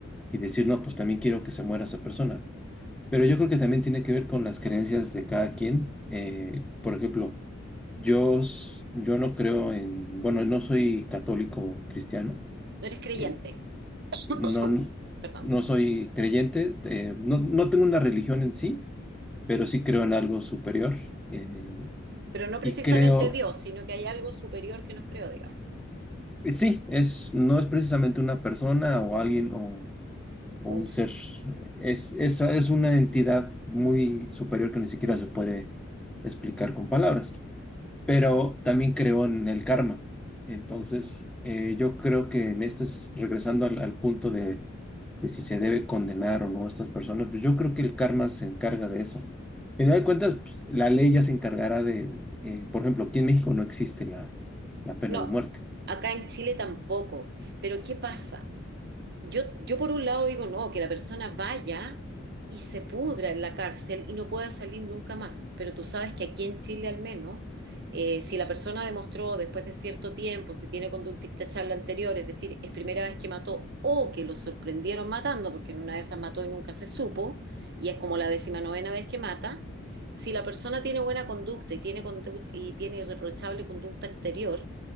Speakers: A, in the centre; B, on the right.
A: y decir, no, pues también quiero que se muera esa persona. Pero yo creo que también tiene que ver con las creencias de cada quien. Eh, por ejemplo, yo, s- yo no creo en, bueno, no soy católico cristiano,
B: No eres creyente.
A: eh, no,
B: <coughs> <clears throat> Perdón.
A: no soy creyente, eh, no, no tengo una religión en sí, pero sí creo en algo superior. eh,
B: Pero no precisamente
A: y creo
B: Dios, sino que hay algo superior que nos creó, digamos.
A: Y Sí, es, no es precisamente una persona o alguien o, o
B: Un
A: un
B: s-
A: ser. Es, es, es una entidad muy superior que ni siquiera se puede explicar con palabras, pero también creo en el karma. Entonces, eh, yo creo que en este, es- regresando al, al punto de, de si se debe condenar o no a estas personas, pues yo creo que el karma se encarga de eso. Al final de cuentas, pues, la ley ya se encargará de, eh, por ejemplo, aquí en México no existe la, la pena
B: No,
A: de muerte.
B: acá en Chile tampoco. Pero ¿qué pasa? Yo, yo por un lado digo, no, que la persona vaya y se pudra en la cárcel y no pueda salir nunca más. Pero tú sabes que aquí en Chile al menos, eh, si la persona demostró después de cierto tiempo, si tiene conducta intachable anterior, es decir, es primera vez que mató o que lo sorprendieron matando, porque en una de esas mató y nunca se supo, y es como la décima novena vez que mata, si la persona tiene buena conducta y tiene, conduct- y tiene irreprochable conducta anterior,